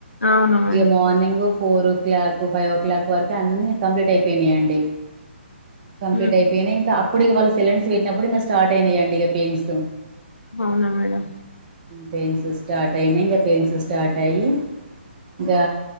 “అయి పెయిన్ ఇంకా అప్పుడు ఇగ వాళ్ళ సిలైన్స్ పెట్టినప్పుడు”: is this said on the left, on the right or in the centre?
Right